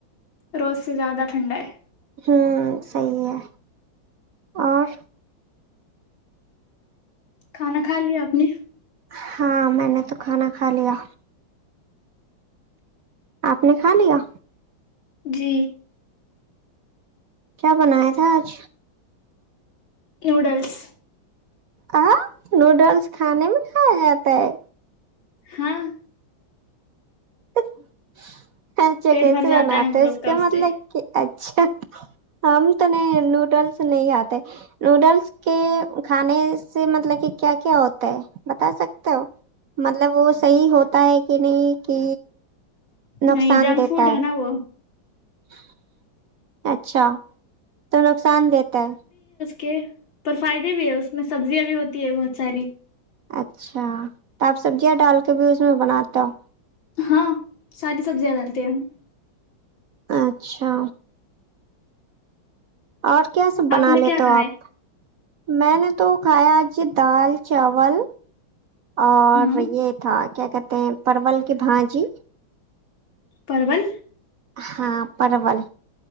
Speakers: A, on the left; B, on the right.
A: روز سے زیادہ ٹھنڈا ہے
B: ہوں صی ہے اور
A: کھانا کھا لیا آپ نے
B: ہاں میں نے تو کھانا کھا لیا آپ نے کھا لیا
A: جی
B: کیا بنایا تھا آج
A: نوڈلس
B: ہ نوڈلس کھانے میں ک جاتا ہے
A: ہاں
B: <unintelligible> اچھا
A: پیٹ
B: کیسے
A: بھر جاتا
B: بناتے
A: ہے ہم
B: اس
A: لوگ کا
B: کے مطلب
A: سے
B: کہ اچھا ہم تو نہیں نوڈلس نہیں کھاتے نوڈلس کے کھانے سے مطلب کہ کیا کیا ہوتا ہے بتا سکتے ہو مطلب وہ صحیح ہوتا ہے کہ نہیں کہ نقصان
A: نہیں جنک
B: دیتا
A: فڈ ہے نا وہ
B: <unintelligible> اچھا اچھا تو نقصان دیتا ہے
A: کی اور فائدے بھی ہے اس میں سبزیاں بھی ہوتی ہے بہت ساری
B: اچھا تو آپ سبزیاں ڈال کے بھی اس میں بناتا ہو
A: ہاں ساری سبزیاں ڈالتے ہیں ہم
B: اچھا اور کیا سا بنا
A: آپ نے
B: لیتا
A: کیا کھائے
B: ہو آپ میں نے تو کھایا آج دال چاول اور
A: ہاں
B: یہ تھا کیا کہتے ہیں پرول کی بھاجی
A: پرول
B: ہاں پرول